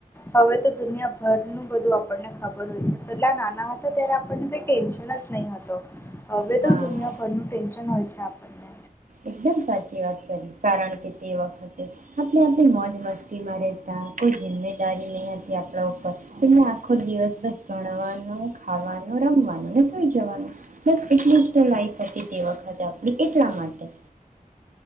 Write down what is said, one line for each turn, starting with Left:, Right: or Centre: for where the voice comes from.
Left: હવે તો દુનિયાભરનું બધું આપણને ખબર હોય છે પેલા નાના હતા ત્યારે આપણને કઈ ટેન્શન જ નહી હતો. હવે
Right: હા
Left: તો દુનિયાભરનું ટેન્શન હોય છે આપણને
Right: એકદમ સાચી વાત કરી કારણ કે તે વખતે આપણે આપણી મોજ મસ્તીમાં રહેતા કોઈ જિંમે દારી નહી હતી આપડા ઉપર અને આખો દિવસ બસ ભણવાનો ખાવાનું, રમવાનું ને સુઈ જવાનું બસ એટલી જ લાઇફ હતી તે વખતે આપણી એટલા માટે